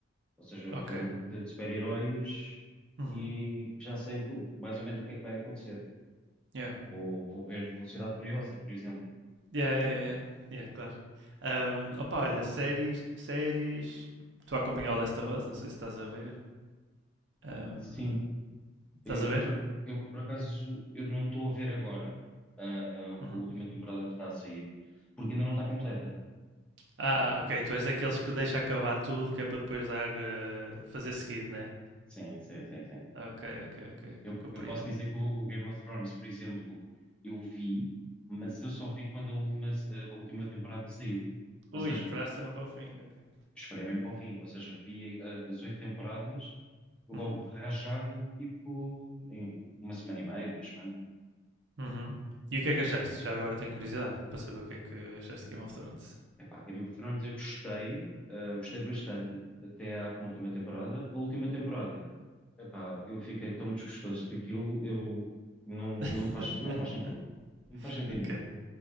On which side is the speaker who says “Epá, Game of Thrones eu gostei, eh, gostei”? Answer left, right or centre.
Centre